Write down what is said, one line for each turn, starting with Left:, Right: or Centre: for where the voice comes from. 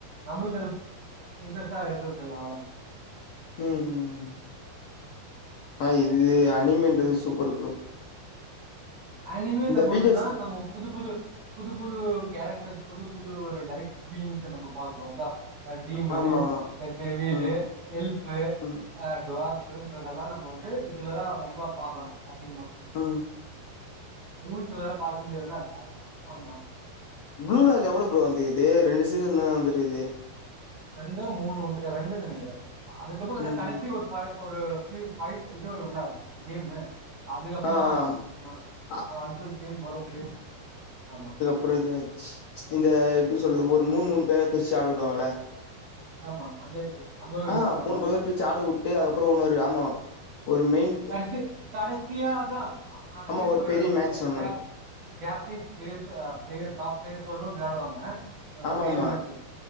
Right: நம்ளுக்கு அது இன்ட்ரெஸ்ட்டா இருக்குறதில்ல அவ்ளதா
Left: ம் ம் ஆ இது அனிம்ன்றது சூப்பருப்பா
Right: அனிமீல மட்டுந்தா
Left: வி ஜே எஸ்
Right: நம்ம புது புது புது புது கேரக்டர் புது புது ஒரு லைஃப் பீயிங்க்க நம்ம பாக்றோம்ல அ டீமுனு
Left: ஆமா ஆமா
Right: இந்த டெவிலு
Left: ம்
Right: எல்ஃபு
Left: ம்
Right: ஆ டுவார்ஃபுன்றதெல்லா நம்ம வந்து இதுலதா ரொம்பா பாக்குறோ அதிகமா
Left: ஆ
Right: மூவி சில நேரோ பாக்க முடியாதுல ஆ ஆமா
Left: ப்ளூலாஜ் எவுளோ ப்ரோ வந்துக்கிது ரெண்டு சீசன்தா வந்திருக்குது
Right: ரெண்டோ மூணோ உண்டு அ ரெண்டு நெனைக்கிறே அதுக்கப்புறோ அத
Left: ம்
Right: கடசி ஒரு அத ஒரு ஹீரோ பைட் இது வருல கேமு அதுக்கப்மா
Left: ஆ ஆம்
Right: இன்னு அது
Left: அ
Right: அடுத்தடுத் கேம் வரு இதுலே ஆமா
Left: அப்புறோ இது மேட்ச்சு இந்த
Right: ஆமா
Left: எப்டி சொல்றது ஒரு மூணு மூணு பேரா பிர்ச்சு ஆட விடுவாங்கள
Right: ஆமா அந்த இது அது ஒரு
Left: ஆ
Right: இது வரும்
Left: மூண் பேரா பிர்ச்சு ஆட உட்டு அதுக்கப்புறோ உன்னோரு ஆமா ஒரு மெய்ன்
Right: கடசி கடசியாதா அ ஐ
Left: ஆமா
Right: மீன் ஒரு
Left: பெரிய
Right: இந்த
Left: மேட்ச் ஒண்ணு
Right: ஜாப்
Left: நடக்கு
Right: ஜாப்பனீஸ் பிளேர் இப்ப பிளேயர் டாப் பிளேயர்ஸோடு விளாடுவாங்க ஆ
Left: ஆமாமா
Right: ரியல் மேட்ச்சு